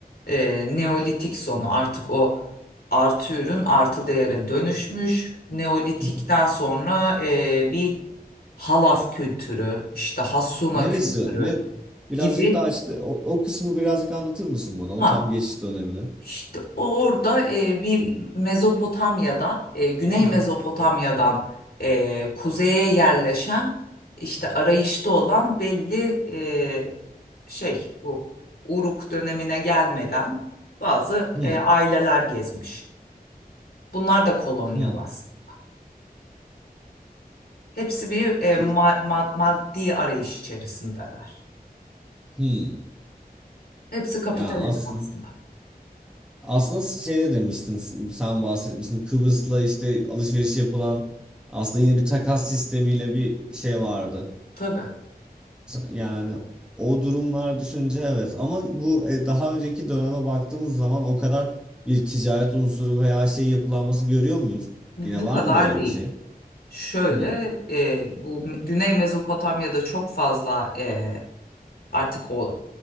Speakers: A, on the left; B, in the centre.
A: E, Neolitik sonu artık o artı ürün artı değere dönüşmüş. Neolitikten
B: <laughs>
A: sonra e, bir halaf kültürü, işte Hassuna
B: Neresi?
A: kültürü
B: Ne? Birazcık
A: gibi.
B: daha açıkla. O, o kısmı birazcık anlatır mısın bana?
A: Ha,
B: O tam geçiş dönemini.
A: İşte orada e, bir Mezopotamya'da, e, Güney
B: <laughs>
A: Mezopotamya'dan e, kuzeye yerleşen, işte arayışta olan belli e, şey bu Uruk dönemine gelmeden bazı
B: Hmm,
A: e, aileler gezmiş. Bunlar da kolonyal
B: hmm,
A: aslında. Hepsi bir e,
B: u-
A: ma- ma- maddi arayış içerisindeler.
B: hmm.
A: Hepsi kapitalizm
B: Yani aslında
A: aslında.
B: aslında şeyde demiştin sen bahsetmiştin Kıbrıs'la işte alışveriş yapılan aslında yine bir takas sistemiyle bir şey vardı.
A: Tabii
B: Yani o durumlar düşünce evet ama bu e, daha önceki döneme baktığımız zaman o kadar bir ticaret unsuru veya şey yapılanması görüyor muyuz?
A: bu
B: Yine
A: bu
B: var
A: kadar
B: mı böyle
A: değil.
B: bir şey?
A: Şöyle
B: Hmm.
A: e, bu Güney Mezopotamya'da çok fazla e, artık o